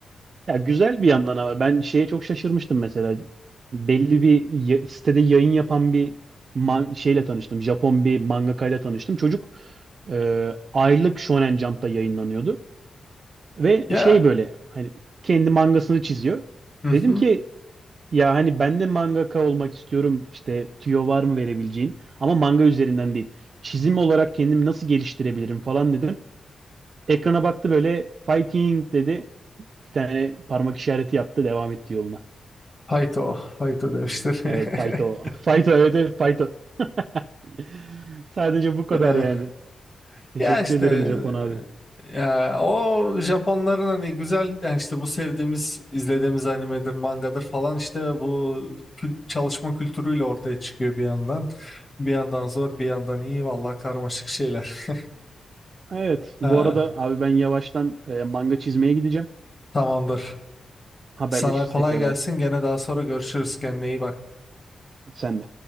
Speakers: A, on the right; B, on the left.
A: Ya güzel bir yandan ama ben şeye çok şaşırmıştım mesela. Belli bir ya- sitede yayın yapan bir man- şeyle tanıştım. Japon bir mangakayla tanıştım. Çocuk e, aylık Shonen Jump'ta yayınlanıyordu ve
B: Ya
A: şey böyle hani kendi mangasını çiziyor.
B: hı
A: Dedim
B: hı.
A: ki Ya hani ben de mangaka olmak istiyorum. İşte tüyo var mı verebileceğin? Ama manga üzerinden değil. Çizim olarak kendimi nasıl geliştirebilirim falan dedim. Ekrana baktı böyle fighting dedi. Bir tane parmak işareti yaptı. Devam etti yoluna.
B: Hayto, hayto demişler.
A: Evet Faito. <laughs> Faito evet evet Faito. <laughs> Sadece bu kadar
B: <laughs>
A: yani.
B: <laughs>
A: Teşekkür
B: Ya işte
A: ederim Japon abi.
B: e, ya o Japonların hani güzel yani işte bu sevdiğimiz izlediğimiz animedir, mangadır falan işte bu kül- çalışma kültürüyle ortaya çıkıyor bir yandan. Bir yandan zor, bir yandan iyi vallahi karmaşık şeyler.
A: Evet
B: Ha,
A: bu arada abi ben yavaştan e, manga çizmeye gideceğim.
B: tamamdır.
A: Haberleşiriz
B: Sana kolay
A: tekrardan.
B: gelsin. Gene daha sonra görüşürüz. Kendine iyi bak.
A: Sen de.